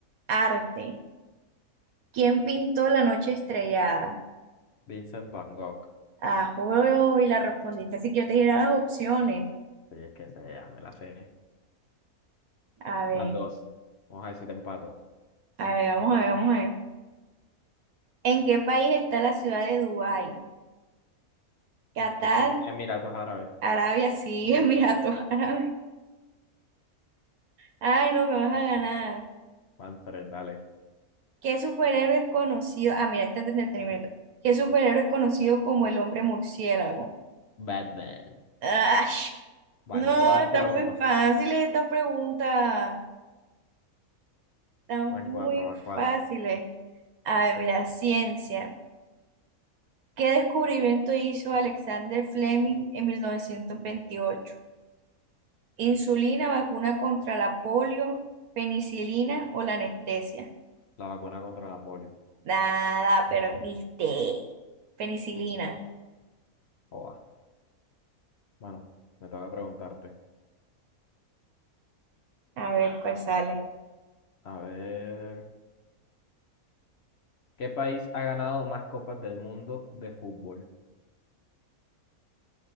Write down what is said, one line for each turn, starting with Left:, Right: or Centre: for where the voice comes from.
Right: arte. ¿Quién pintó La Noche Estrellada?
Left: Vincent Van Gogh.
Right: Ah, juego y la respondiste, así que yo te diré las opciones.
Left: Sí, es que se ya me la sé.
Right: A ver,
Left: Van dos. Vamos a decir empato.
Right: a ver, vamos a ver, vamos a ver. ¿En qué país está la ciudad de Dubái? Qatar,
Left: ¿En qué país? Emiratos Árabes.
Right: Arabia, sí, <laughs> Emiratos Árabes. Ay, no me vas a ganar.
Left: Van tres, dale.
Right: ¿Qué superhéroe es conocido? Ah, mira, este es de entretenimiento. ¿Qué superhéroe es conocido como el hombre murciélago?
Left: Batman.
Right: Ay, no,
Left: Van cuatro.
Right: están muy fáciles estas preguntas. Están
Left: Van
Right: muy
Left: cuatro, van cuatro.
Right: fáciles. A ver, mira, ciencia. ¿Qué descubrimiento hizo Alexander Fleming en 1928? ¿Insulina, vacuna contra la polio, penicilina o la anestesia?
Left: La vacuna contra la polio.
Right: Nada, perdiste. Penicilina.
Left: Joa. Bueno, me toca preguntarte.
Right: A ver cuál sale.
Left: A ver. ¿Qué país ha ganado más copas del mundo de fútbol?